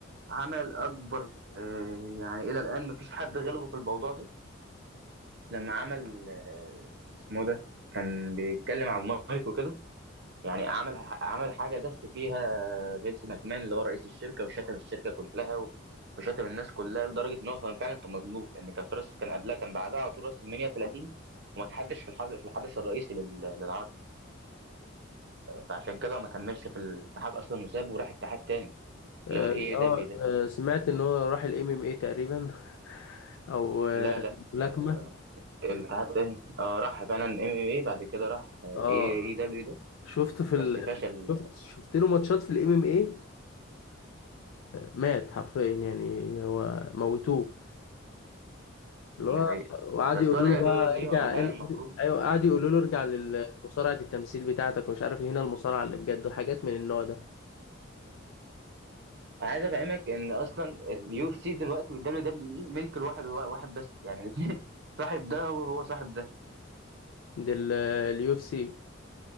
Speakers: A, on the right (about 55°); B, on the left (about 80°).
A: عمل اكبر آه، يعني الى الان مفيش حد غلبه في الموضوع ده لما عمل آه، اسمه ده كان بيتكلم على المايك وكده يعني عمل عمل حاجه دس فيها فينس ماكمان اللي هو رئيس الشركه وشتم الشركه كلها و- وشتم الناس كلها لدرجه ان هو كان فعلا كان مظلوم لان كان في راس كان قبلها كان بعدها على طول راس المنيا 30 وما تحدش في الحظ في الحدث الرئيسي لل- للعرض فعشان كده ما كملش في الاتحاد اصلا وسابه وراح اتحاد تاني
B: اه
A: اللي هو الاي
B: آه،
A: دبليو ده
B: آه، سمعت ان هو راح الام ام اي تقريبا <laughs> او آه،
A: لا لا
B: ملاكمة
A: آه، الاتحاد تاني اه راح فعلا ام ام اي بعد كده راح
B: اه
A: اي اي دبليو ده
B: شفته في
A: بس
B: ال...
A: فشل
B: في ال- شفت شفت له ماتشات في الام ام اي مات حرفيا يعني هو موتوه اللي هو
A: ده حقيقي
B: وقعدوا
A: بس
B: يقولوا
A: هو رجع
B: له بقى
A: دبليو دبليو
B: ارجع
A: هو فعلا
B: ال-
A: المفروض
B: ايوه قعدوا يقولوا له ارجع لمصارعة التمثيل بتاعتك ومش عارف إيه، هنا المصارعة اللي بجد وحاجات من النوع ده
A: انا عايز افهمك ان اصلا اليو اف سي دلوقتي والدبليو دبليو اي ملك الواحد هو واحد بس يعني الاثنين <laughs> صاحب ده هو هو صاحب ده
B: دي اليو اف سي